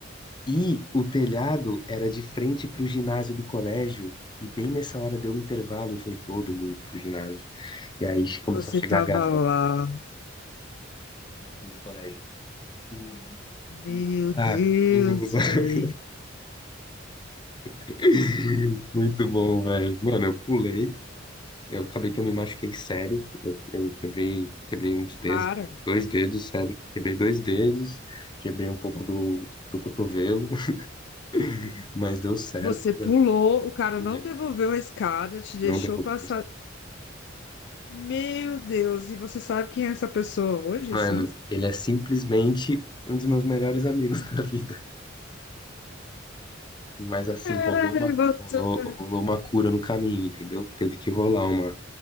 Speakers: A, on the left; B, on the left.
A: E o telhado era de frente pro ginásio do colégio, e bem nessa hora deu um intervalo e foi todo mundo pro ginásio. E aí começou
B: você
A: a chegar
B: tava
A: a galera
B: lá.
A: no colégio. Uh,
B: Meu
A: uh,
B: Deus,
A: ah, uh.
B: velho.
A: <laughs> Muito bom, velho. Mano, eu pulei. Eu acabei que eu me machuquei sério. Eu, eu quebrei, quebrei uns dedos,
B: Cara,
A: dois dedos, sério. Quebrei dois dedos, quebrei um pouco do, do cotovelo, <laughs> mas deu certo,
B: você pulou,
A: eu
B: o cara
A: pulei.
B: não devolveu a escada, te
A: Não
B: deixou
A: derrubou
B: passar.
A: meus caras.
B: Meu Deus, e você sabe quem é essa pessoa hoje,
A: Mano,
B: assim?
A: ele é simplesmente um dos meus melhores amigos <laughs> da vida. Mas assim,
B: Caralho,
A: rolou uma,
B: doutor.
A: rolou, rolou uma cura no caminho, entendeu? Teve que rolar uma,